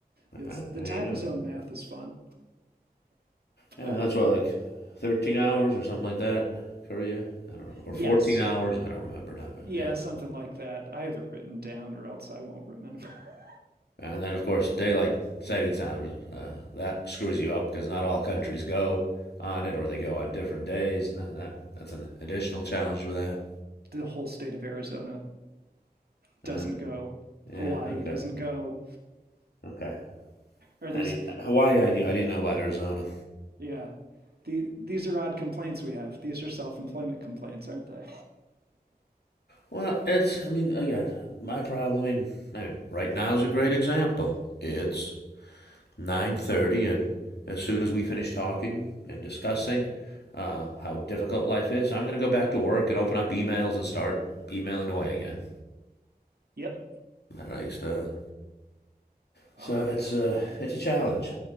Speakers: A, on the right (about 70°); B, on the left (about 80°).
A: It's
B: Uh,
A: the
B: there
A: time
B: you go.
A: zone math is fun,
B: Yeah,
A: but
B: that's what like thirteen hours or something like that. Korea, I don't know, or
A: yes,
B: fourteen hours. I don't remember now. but,
A: yeah,
B: Yeah,
A: something like that. I have it written down, or else I won't remember. <laughs>
B: And then, of course, daylight saving time uh, that screws you up because not all countries go on it, or they go on different days, and that, that that's an additional challenge with that.
A: The whole state of Arizona doesn't
B: Uh,
A: go.
B: yeah.
A: Hawaii
B: Okay.
A: doesn't go.
B: Okay.
A: Are
B: I
A: these?
B: didn't Hawaii. I knew. I didn't know about Arizona.
A: Yeah, the, these are odd complaints we have. These are self-employment complaints, aren't they?
B: Well, it's. I mean, again, my problem. I mean, I mean right now is a great example. It's nine thirty, and as soon as we finish talking and discussing uh, how difficult life is, I'm gonna go back to work and open up emails and start emailing away again.
A: <laughs> yep.
B: I used to. So
A: Oh yeah.
B: it's a it's a challenge.